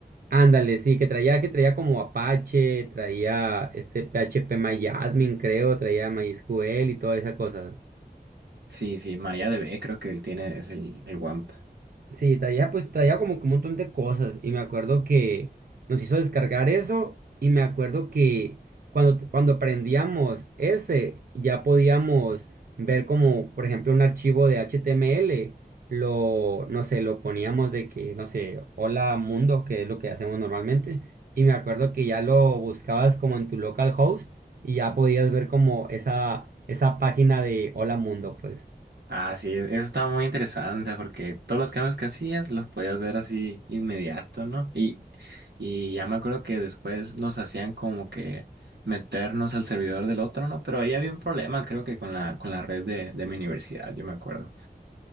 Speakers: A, on the right (about 60°); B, on the right (about 85°).
A: Ándale, sí, que traía, que traía como Apache, traía este PHP MyAdmin, creo, traía MySQL y toda esa cosa.
B: Sí, sí, María DB creo que él tiene, es el, el WAMP.
A: Sí, traía pues traía como que un montón de cosas y me acuerdo que nos hizo descargar eso y me acuerdo que cuando, cuando prendíamos ese ya podíamos ver como por ejemplo un archivo de HTML, lo no sé, lo poníamos de que no sé, hola mundo, que es lo que hacemos normalmente y me acuerdo que ya lo buscabas como en tu localhost y ya podías ver como esa esa página de hola mundo, pues.
B: Ah, sí, e-, eso estaba muy interesante porque todos los cambios que hacías los podías ver así inmediato, ¿no? Y, y ya me acuerdo que después nos hacían como que meternos al servidor del otro, ¿no? Pero ahí había un problema, creo que con la, con la red de, de mi universidad, yo me acuerdo.